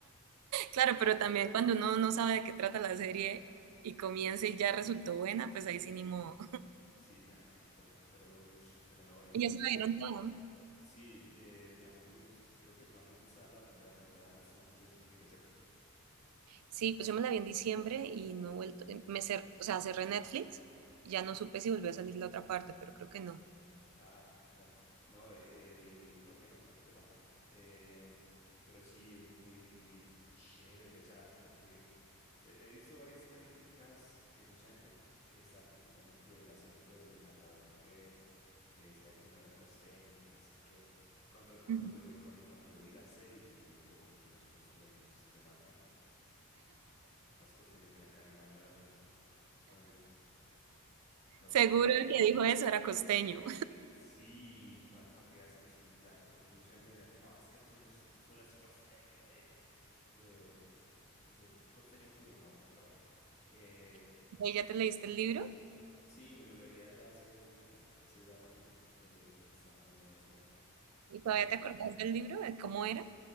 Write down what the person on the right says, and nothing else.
Claro, pero también cuando uno no sabe de qué trata la serie y comienza y ya resultó buena, pues ahí sí ni modo.
Y ya se la dieron toda.
Sí, pues yo me la vi en diciembre y no he vuelto, eh, me cer- o sea, cerré Netflix y ya no supe si volvió a salir la otra parte, pero creo que no.
Ujú.
Seguro el que dijo eso era costeño.
<laughs> ¿Vos ya te leíste el libro?
¿Y
todavía te acordás del libro? ¿De cómo era?